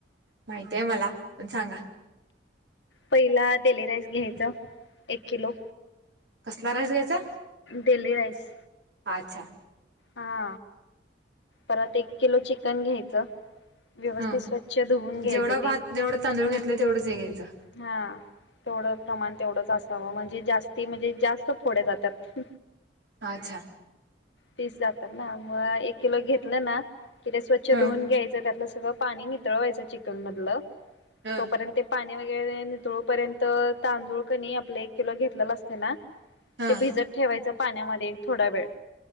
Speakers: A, on the right (about 70°); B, on the left (about 80°).
A: माहितय मला <unintelligible> पण सांगा
B: पहिला देली राईस घ्यायचं एक किलो
A: कसला राईस घ्यायचा
B: डेली राईस
A: अच्छा
B: हा परत एक किलो चिकन घ्यायचं व्यवस्थित
A: हा
B: स्वच्छ धुवून घ्यायचं
A: जेवढा
B: ते
A: भात जेवढं तांदूळ घेतलं तेवढेच घ्यायचं
B: हा तेवढं प्रमाण तेवढंच असावं म्हणजे जास्ती म्हणजे जास्त फोडे जातात
A: अच्छा
B: पीस जातात ना हा मंग हा एक किलो घेतलं ना ते स्वच्छ
A: हा
B: धुऊन घ्यायचं त्यातलं सगळं पाणी नितळवायचं चिकन मधलं
A: हा
B: तोपर्यंत ते पाणी वगैरे तोपर्यंत तांदूळ कनी आपला एक किलो घेतलेला असतय ना
A: हा
B: ते भिजत ठेवायचं पाण्यामध्ये थोडा वेळ